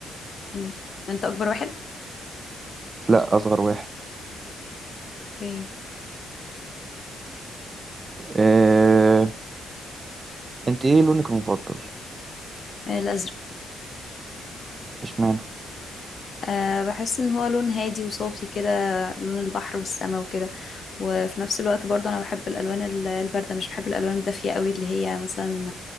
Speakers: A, on the left (about 45°); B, on the right (about 30°).
A: ميل انت اكبر واحد
B: لا اصغر واحد
A: اوكي
B: آه... انت ايه لونك المفضل
A: آه، الازرق
B: اشمعنى
A: أه بحس ان هو لون هادي وصافي كده لون البحر والسماء وكده وفي نفس الوقت برضه انا بحب الالوان ال- البارده مش بحب الالوان الدافيه قوي اللي هي مثلا